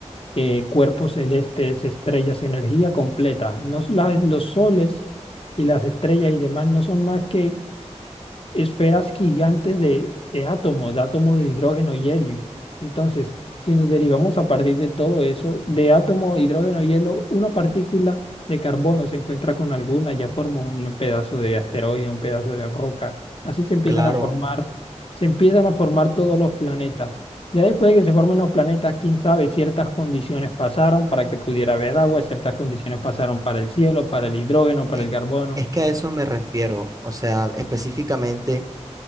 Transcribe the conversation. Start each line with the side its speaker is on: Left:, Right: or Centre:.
Left: eh, cuerpos celestes, estrellas, energía completa. No, s- la- los soles y las estrellas y demás no son más que esferas gigantes de, de átomos, de átomos de hidrógeno y helio. Entonces, si nos derivamos a partir de todo eso, de átomo, hidrógeno y helio, una partícula de carbono se encuentra con alguna, ya forma un pedazo de asteroide, un pedazo de roca. Así se empiezan
Right: claro.
Left: a formar, se empiezan a formar todos los planetas. Ya después de que se formen los planetas, quién sabe, ciertas condiciones pasaron para que pudiera haber agua, ciertas condiciones pasaron para el cielo, para el hidrógeno, para
Right: e-
Left: el carbono.
Right: Es que a eso me refiero, o sea, específicamente